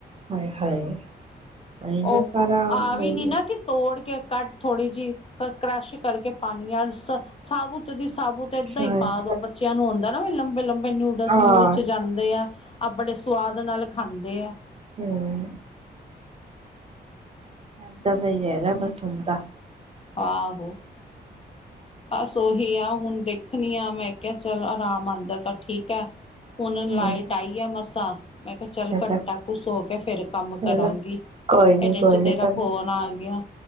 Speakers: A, on the right; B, on the left.
A: ਹਾਏ- ਹਾਏ ਇਹਨਾ
B: ਉਹ
A: ਸਾਰਾ
B: ਆ
A: ਹੋਈ
B: ਵੀ ਨੀ ਨਾ ਕਿ ਤੋੜ ਕੇ ਕੱਟ ਥੋੜੀ ਜੀ ਕਰੱਸ਼ ਕਰਕੇ ਪਾਨੀ ਆਂ ਸਾਬੂਤ ਦੀ ਸਾਬੁੂਤ ਏਦਾਂ
A: ਸ਼ਾਇਦ
B: ਈ ਪਾ ਦੋ, ਬੱਚਿਆਂ ਨੂੰ ਹੁੰਦਾਂ ਨਾ ਵੀ ਲੰਬੇ- ਲੰਬੇ ਨਿਊ ਬਸ
A: ਹਾਂ
B: ਮੋਲ ਚ ਜਾਂਦੇ ਆ, ਆਹ ਬੜੇ ਸੁਵਾਦ ਨਾਲ ਖਾਂਦੇ ਆ
A: ਹੂੰ, ਐਦਾਂ ਦਾ ਹੀ ਹੈਗਾ ਬਸ ਹੁਣ ਤਾਂ
B: ਆਹੋ।
A: <inaudible>
B: ਬਸ ਉਹੀ ਆ ਹੁਣ ਦੇਖਣੀ ਆ, ਮੈਂ ਕਿਹਾ ਚੱਲ ਅਰਾਮ ਆਂਦਾ ਤਾਂ ਠੀਕ ਹੈ ਹੁਣ ਲਾਈਟ
A: ਅੱਛਾ
B: ਆਈ ਆ ਮਸਾਂ, ਮੈਂ ਕਿਹਾ ਚੱਲ
A: ਅੱਛਾ
B: ਘੰਟਾ ਕੁ ਸੋ ਕੇ ਫਿਰ ਕੰਮ
A: ਚਲੋ
B: ਕਰਾਂਗੀ।
A: ਕੋਈ ਨੀ
B: ਏਡੇ
A: ਕੋਈ
B: ਚ
A: ਨੀ
B: ਤੇਰਾ
A: ਕਰੋ
B: ਫ਼ੋਨ ਆ ਗਿਆ।